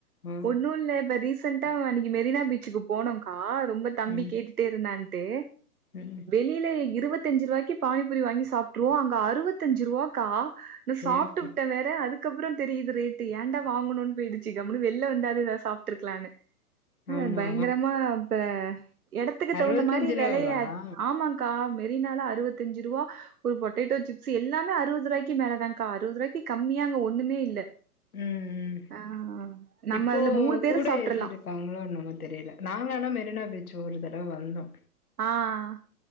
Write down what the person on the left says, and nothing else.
ஆ
ம்
ம்
ஏப்பா
ஆமா
அறுவத்தஞ்சு
ரூவாவா
உம் ம்ம்
இப்போ
கூட
ஏத்திருக்காங்களோ என்னவோ தெரில நாங்கானா மெரினா பீச் ஒருதடவ வந்தோ